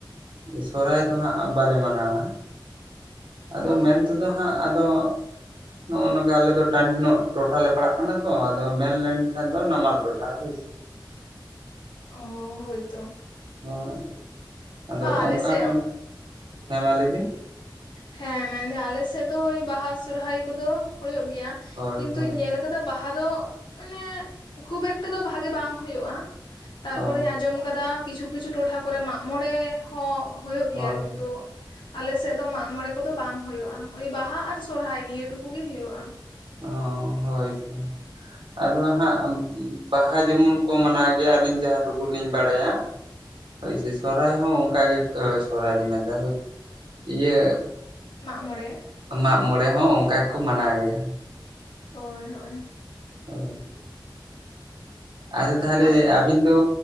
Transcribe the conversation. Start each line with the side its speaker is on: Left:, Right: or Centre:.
Right: ᱥᱚᱨᱚᱦᱟᱭ ᱫᱚ ᱦᱟᱸᱜ ᱵᱟᱞᱮ ᱢᱟᱱᱟᱣᱟ ᱟᱫᱚ
Left: ᱚ
Right: ᱢᱮᱱ ᱛᱮᱫᱚ ᱦᱟᱸᱜ ᱟᱫᱚ ᱱᱚᱜ ᱚᱭ ᱱᱚᱝᱠᱟ ᱟᱞᱮᱫ ᱫᱚ ᱴᱟᱺᱰᱤ ᱧᱚᱜ ᱴᱚᱴᱷᱟ ᱞᱮ ᱯᱟᱲᱟᱜ ᱠᱟᱱᱟ ᱛᱚ᱾ᱟᱫᱚ ᱢᱮᱱᱞᱮᱱ ᱠᱷᱟᱱ ᱫᱚ ᱱᱟᱢᱟᱞ ᱴᱚᱴᱷᱟ ᱦᱚᱸ ᱦᱳᱭᱥᱤ
Left: ᱚ ᱦᱳᱭ ᱛᱚ
Right: ᱦᱳᱭ ᱟᱫᱚ
Left: ᱟᱞᱮ
Right: ᱚᱱᱠᱟᱢ
Left: ᱥᱮᱫ
Right: ᱦᱮᱸ ᱢᱟ ᱞᱟᱹᱭ ᱵᱤᱱ
Left: ᱦᱮᱸ ᱢᱮᱱᱫᱟᱹ ᱟᱞᱮ ᱥᱮᱫ ᱫᱚ ᱳᱭ ᱵᱟᱦᱟ ᱥᱚᱨᱦᱟᱭ ᱠᱚᱫᱚ ᱦᱩᱭᱩᱜ ᱜᱮᱭᱟ
Right: ᱦᱳᱭ
Left: ᱠᱤᱱᱛᱩᱧ
Right: ᱦᱳᱭ
Left: ᱧᱮᱞ ᱠᱟᱫᱟ᱾ᱵᱟᱦᱟ ᱫᱚ ᱢᱟᱱᱮ ᱠᱷᱩᱵ ᱮᱠᱴᱟ ᱫᱚ ᱵᱷᱟᱜᱮ ᱵᱟᱝ ᱦᱩᱭᱩᱜᱼᱟ᱾ ᱛᱟᱨᱯᱚᱨᱮ
Right: ᱦᱳᱭ
Left: ᱟᱸᱡᱚᱢ ᱟᱠᱟᱫᱟ ᱠᱤᱪᱷᱩ ᱠᱤᱪᱷᱩ ᱴᱚᱴᱷᱟ ᱠᱚᱨᱮ ᱢᱟᱜᱽ ᱢᱚᱬᱮ ᱦᱚᱸ ᱦᱳᱭᱳᱜ
Right: ᱦᱳᱭ
Left: ᱜᱮᱭᱟ ᱠᱤᱱᱛᱩ ᱟᱞᱮ ᱥᱮᱫ ᱫᱚ ᱢᱟᱜᱽ ᱢᱚᱬᱮ ᱠᱚᱫᱚ ᱵᱟᱝ ᱦᱩᱭᱩᱜᱼᱟ, ᱳᱭ ᱵᱟᱦᱟ ᱟᱨ ᱥᱚᱨᱦᱟᱭ ᱱᱤᱭᱟᱹ ᱴᱩᱠᱩ ᱜᱮ ᱦᱩᱭᱩᱜᱼᱟ᱾
Right: ᱚ ᱦᱳᱭ ᱛᱚ
Left: <inaudible>
Right: ᱟᱫᱚ ᱦᱟᱸᱜ ᱵᱟᱦᱟ ᱡᱮᱢᱚᱱ ᱠᱚ ᱢᱟᱱᱟᱣ ᱜᱮᱭᱟ ᱟᱹᱞᱤᱧ ᱡᱟᱦᱟᱸ ᱴᱩᱠᱩ ᱞᱤᱧ ᱵᱟᱲᱟᱭᱟ ᱦᱳᱭ ᱥᱮ ᱥᱚᱨᱦᱟᱭ ᱦᱚᱸ ᱚᱱᱠᱟᱜ ᱜᱮ ᱥᱚᱨᱦᱟᱭ ᱞᱤᱧ ᱢᱮᱱᱫᱟ ᱦᱳᱭ ᱤᱭᱟᱹ
Left: ᱢᱟᱜᱽ ᱢᱚᱬᱮ
Right: ᱢᱟᱜᱽ ᱢᱚᱬᱮ ᱦᱚᱸ ᱚᱱᱠᱟ ᱜᱮᱠᱚ ᱢᱟᱱᱟᱣ ᱜᱮᱭᱟ᱾
Left: ᱦᱳᱭ ᱦᱳᱭ
Right: ᱦᱳᱭ ᱟᱫᱚ ᱛᱟᱦᱚᱞᱮ
Left: ᱢᱟᱜ
Right: ᱟᱵᱤᱱ ᱫᱚ